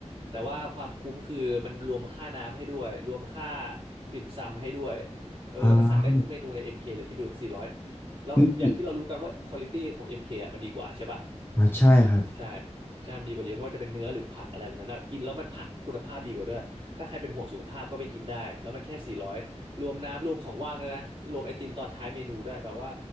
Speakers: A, on the right; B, on the left.
A: แต่ว่าความคุ้มคือมันรวมค่าน้ำให้ด้วยรวมค่าติ่มซำให้ด้วยเออแล้วก็สั่งได้ทุกเมนูใน
B: อ่า
A: MK เคเลยคิดดูสี่ร้อยแล้วอย่างที่เรารู้กันว่าควอลิตี้ของ
B: มี
A: MK อมเคอ่ะมันดีกว่าใช่ป่ะ
B: อ่าใช่ครับ
A: ใช่ใช่มันดีกว่าเยอะไม่ว่าจะเป็นเนื้อหรือผักอะไรแบบนั้นนะกินแล้วมันผักคุณภาพดีกว่าด้วยถ้าใครเป็นห่วงสุขภาพก็ไปกินได้แล้วมันแค่สี่ร้อยรวมน้ำรวมของว่างเลยนะรวมไอติมตอนท้ายเมนูด้วยแบบว่า